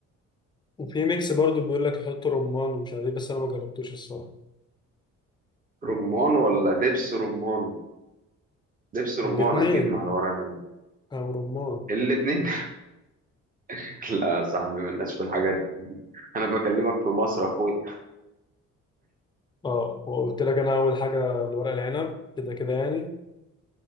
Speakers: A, on the left; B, on the right.
A: وفي ميكس برضو بيقول لك يحط رمان ومش عارف ايه بس انا ما جربتوش الصراحه
B: رمان ولا دبس رمان دبس رمان
A: الاثنين
B: أكيد مع الورق العنب
A: او رمان
B: الاتنين <laughs> لا يا صاحبي مالناش في الحاجات دي. أنا بكلمك في مصر أخوي
A: اه وقلت لك انا اول حاجه الورق العنب كده كده يعني